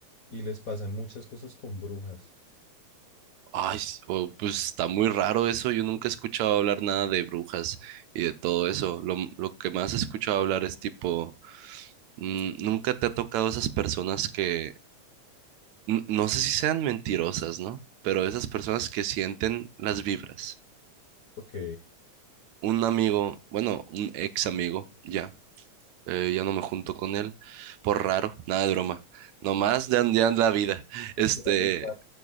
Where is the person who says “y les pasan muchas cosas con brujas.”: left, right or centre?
Left